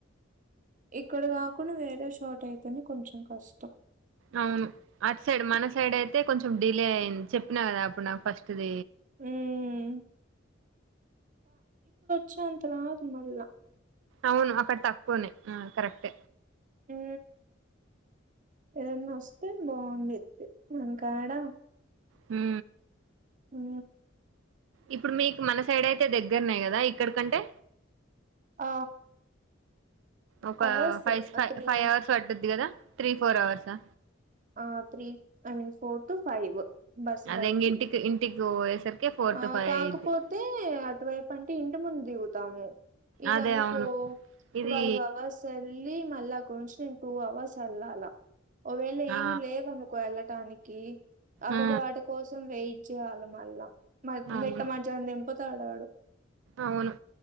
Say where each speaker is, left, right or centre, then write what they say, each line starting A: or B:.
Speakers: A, on the right (about 40°); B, on the right (about 75°).
A: ఇక్కడ కాకుండా వేరే షార్ట్ అయితేనే కొంచెం కష్టం
B: అవును అటు సైడ్ మన సైడ్ అయితే కొంచెం డిలే అయింది చెప్ నాద అప్పునా ఫస్ట్ త్తద
A: ఉమ్ చ్చ అంతలా అదు మళ్ళ
B: అవును అక్కడ తక్కువనే ఆ కరెక్ట్
A: హూ ఏదన్న వస్తే బాగుంది మనకాడ
B: హు
A: హూ
B: ఇప్పుడు మీకు మన సైడ్ అయితే దగ్గరనే కదా ఇక్కడకంటే
A: ఆ
B: ఒక
A: అవర్స్
B: ఫైవ్ ఫైర్
A: త్రీ
B: ఫైవ్ అవర్స్ పడ్డుద్ది కదా త్రీ ఫోర్ అవర్సా
A: ఆ three I means four to five bus
B: అదంగ
A: బట్టి
B: ఇంటికి ఇంటికి పోయేసరికి ఫోర్
A: ఆ
B: టు ఫైవ్
A: కాకపోతే
B: అయిద్ది
A: అటువైపు అంటే ఇంటి ముందు దిగుతాము ఇదనుకో
B: అదే అవును ఇది
A: వాల్వవా సల్లి మల్ల కొసన్ టూ అవర్స్ అల్ అలా ఓవేళ
B: ఆ
A: ఏమి లేవనుకోలలా టానికి అగదువాట
B: ఆ
A: కోసం వెేయి చ్చేవాలమలా మ
B: అవును
A: నెట్ట మ జం ఎంపతి ఆడు ఆడు
B: అవును